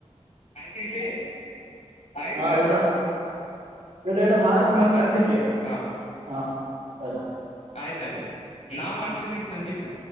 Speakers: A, on the left; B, on the right.
A: ಆಯ್ತ್ ಇಡ್ಲಿ ಐತ
B: ಹಾ ಇಡ ಇಡ ಇಡ ಮಾಡತ್
A: ಆತ
B: ಮತ್ ಸಂಜಿಕೆ
A: ಆತ್ ಹಾ
B: ಹಾ ಸರಿ
A: ಆಯ್ತಾಯ್ತು ನಾ ಮಾಡ್ತೀನಿ ಈಗಾ ಸಂಜೆ ಕಾ